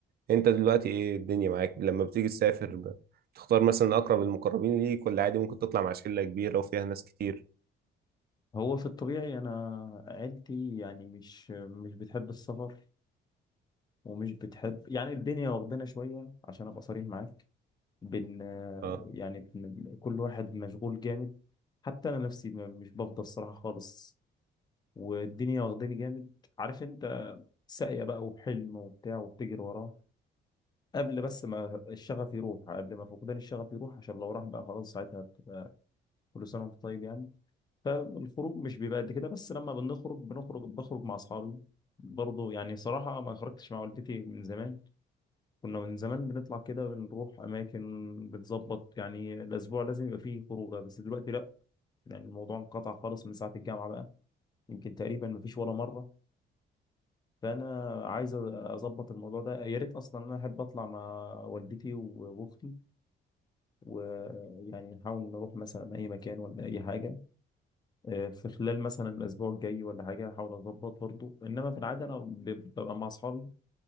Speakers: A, on the right (about 50°); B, on the left (about 20°).
A: انت دلوقتي ايه الدنيا معاك لما بتيجي تسافر ب- بتختار مثلا اقرب المقربين ليك ولا عادي ممكن تطلع مع شلة كبيرة وفيها ناس كتير
B: هو في الطبيعي انا عيلتي يعني مش مش بتحب السفر ومش بتحب يعني الدنيا واخدانا شويه عشان ابقى صريح معاك بن
A: اه
B: يعني بن كل واحد مشغول جامد حتى انا نفسي ما- مش بفضى الصراحه خالص والدنيا واخداني جامد عارف انت ساقيه بقى وحلم وبتاع وبتجري وراه قبل بس ما الشغف يروح قبل ما فقدان الشغف يروح عشان لو راح بقى خلاص ساعتها كل سنه وانت طيب يعني فالخروج مش بيبقى قد كده بس لما بنخرج بنخرج بخرج مع اصحابي برضه يعني صراحه ما خرجتش مع والدتي من زمان كنا من زمان بنطلع كده بنروح أماكن بتظبط يعني الأسبوع لازم يبقى فيه خروجة بس دلوقتي لأ يعني الموضوع انقطع خالص من ساعة الجامعة بقى يمكن تقريبا مفيش ولا مرة فأنا عايز أظبط الموضوع ده يا ريت أصلا أنا أحب أطلع مع والدتي و- وأختي ويعني نحاول نروح مثلا أي مكان ولا أي حاجة آه، في خلال مثلا الأسبوع الجاي ولا حاجة أحاول أظبط برضه إنما في العادة أنا ب- ببقى مع أصحابي